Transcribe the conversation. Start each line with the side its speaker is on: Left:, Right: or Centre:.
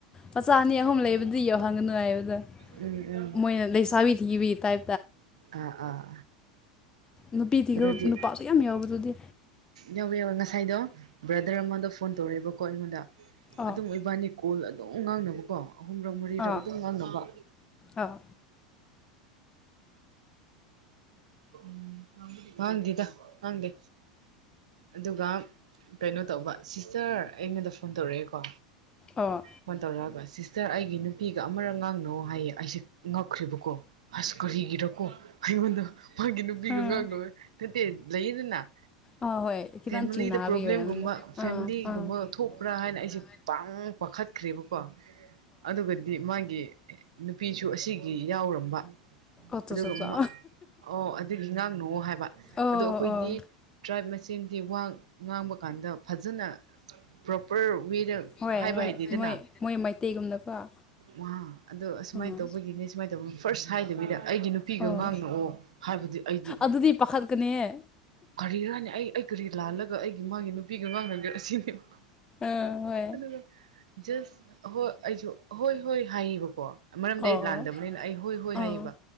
Left: ꯃꯆꯥ ꯑꯅꯤ ꯑꯍꯨꯝ ꯂꯩꯕꯗꯤ ꯌꯧꯍꯟꯒꯅꯨ ꯍꯥꯏꯕꯗꯨ
Right: ꯎꯝ ꯎꯝ
Left: ꯃꯣꯏꯅ ꯂꯩꯁꯥꯕꯤ ꯊꯤꯕꯒꯤ ꯇꯥꯏꯞ
Right: ꯑꯥ ꯑꯥ
Left: ꯅꯨꯄꯤ ꯊꯤꯈ꯭ꯔ
Right: ꯑꯗꯨꯗꯤ
Left: ꯅꯨꯄꯥꯁꯨ ꯌꯥꯝ ꯌꯥꯎꯕꯗꯨꯗꯤ
Right: ꯌꯥꯎꯔꯦꯌꯣ ꯅ ꯉꯁꯥꯏꯗꯣ ꯕ꯭ꯔꯗꯔ ꯑꯃꯗꯣ ꯐꯣꯟ ꯇꯧꯔꯛꯑꯦꯕꯀꯣ ꯑꯩꯉꯣꯟꯗ
Left: ꯑꯥ
Right: ꯑꯗꯨꯝ ꯑꯣꯏꯕꯥꯅꯤ ꯀꯣꯜ ꯑꯗꯨꯝ ꯉꯥꯡꯅꯕꯀꯣ ꯑꯍꯨꯝꯔꯛ ꯃꯔꯤꯔꯛ
Left: ꯑꯥ
Right: ꯑꯗꯨꯝ ꯉꯥꯡꯅꯕ
Left: ꯑꯥ
Right: ꯎꯝ ꯉꯥꯡꯕꯗꯤ ꯃꯥꯡꯗꯦꯗ ꯉꯥꯡꯗꯦ ꯑꯗꯨꯒ ꯀꯩꯅꯣ ꯇꯧꯕ ꯁꯤꯁꯇꯔ ꯑꯩꯉꯣꯟꯗ ꯐꯣꯟ ꯇꯧꯔꯛꯑꯦꯀꯣ
Left: ꯑꯥ
Right: ꯐꯣꯟ ꯇꯧꯔꯛꯑꯒ ꯁꯤꯁ ꯇꯔ ꯑꯩꯒꯤ ꯅꯨꯄꯤꯒ ꯑꯃꯔꯛ ꯉꯥꯡꯅꯧꯋꯣ ꯍꯥꯏꯌꯦ ꯑꯩꯁꯦ ꯉꯛꯈ꯭ꯔꯤꯕꯀꯣ ꯑꯁ ꯀꯔꯤꯒꯤꯔꯀꯣ ꯑꯩꯉꯣꯟꯗ ꯃꯥꯒꯤ ꯅꯨꯄꯤꯒꯥ
Left: ꯑꯥ
Right: ꯉꯥꯡ ꯂꯣꯢ ꯇꯟꯇꯦ ꯂꯩꯌꯦꯗꯅ
Left: ꯑꯥ ꯍꯣꯏ ꯈꯤꯇꯪ
Right: ꯐꯦꯃꯤꯂꯤꯗ
Left: ꯆꯤꯡꯅꯕꯒꯤ
Right: ꯄ꯭ꯔꯣꯕ꯭ꯂꯦꯝꯒꯨꯝꯕ
Left: ꯑꯣꯏꯔꯝꯅꯤ
Right: ꯐꯦꯃꯤꯂꯤꯒꯨꯝꯕ
Left: ꯑꯥ ꯑꯥ
Right: ꯊꯣꯛꯄ꯭ꯔꯥ ꯍꯥꯏꯅ ꯑꯩꯁꯦ
Left: ꯑꯥ
Right: ꯄꯥꯡ ꯄꯥꯈꯠꯈ꯭ꯔꯦꯕꯀꯣ ꯑꯗꯨꯒꯗꯤ ꯃꯥꯒꯤ ꯅꯨꯄꯤꯁꯨ ꯁꯨ ꯑꯁꯤꯒꯤ ꯌꯥꯎꯔꯝꯕ
Left: ꯑꯆꯥ
Right: ꯑꯗꯨꯒ
Left: ꯆꯥ
Right: ꯃꯥ
Left: ꯆꯥ
Right: ꯑꯣ ꯑꯗꯨꯒꯤ ꯉꯥꯡꯅꯧꯋꯣ ꯑꯗꯣ
Left: ꯑꯣ
Right: ꯑꯩꯈꯣꯏꯗꯤ
Left: ꯑꯣ
Right: ꯇ꯭ꯔꯥꯏꯞ ꯃꯁꯦꯡ ꯗꯤ ꯋꯥ ꯉꯥꯡꯕ ꯀꯥꯟꯗ ꯐꯖꯅ ꯄ꯭ꯔꯣꯄꯔ ꯋꯦꯗ
Left: ꯍꯣꯏ
Right: ꯍꯥꯏꯕ
Left: ꯍꯣꯏ
Right: ꯍꯩꯇꯦꯗꯅ
Left: ꯃꯣꯏ ꯃꯣꯏ ꯃꯩꯇꯩꯒꯨꯝꯅꯀꯣ
Right: ꯋꯥ ꯑꯗꯣ ꯑꯁꯨꯃꯥꯏꯅ
Left: ꯎꯝ
Right: ꯇꯧꯕꯒꯤꯅꯦ ꯁꯨꯃꯥꯏꯅ ꯇꯧꯕ ꯐꯥꯔꯁ ꯍꯥꯏꯗꯕꯤꯗ ꯑꯩꯒꯤ ꯅꯨꯄꯤꯒ
Left: ꯑꯣ
Right: ꯉꯥꯡꯅꯧꯑꯣ ꯍꯥꯏ ꯕꯗꯤ ꯑꯩꯗꯤ
Left: ꯑꯗꯨꯗꯤ ꯄꯥꯈꯠꯀꯅꯤꯍꯦ
Right: ꯀꯔꯤꯔꯅꯦ ꯑꯩ ꯑꯩ ꯀꯔꯤ ꯂꯥꯜꯂ ꯑꯗꯨꯒ ꯑꯩꯒꯤ ꯃꯥꯒꯤ ꯅꯨꯄꯤꯒ ꯉꯥꯡꯅꯒꯦꯔ ꯁꯤꯅꯦꯕꯀꯣ
Left: ꯑꯥ ꯍꯣꯏ
Right: ꯑꯗꯨꯒ ꯖꯁ ꯑꯍꯣꯏ ꯑꯩꯁꯨ ꯑꯍꯣꯏ ꯍꯣꯏ ꯍꯥꯏꯌꯦꯕꯀꯣ ꯃꯔꯝꯗꯤ
Left: ꯑꯣ
Right: ꯑꯩ ꯂꯥꯟꯗꯕꯅꯤꯅ
Left: ꯑꯣ
Right: ꯑꯩ ꯍꯣꯏ ꯍꯣꯏ
Left: ꯑꯥ
Right: ꯍꯥꯏꯌꯦꯕ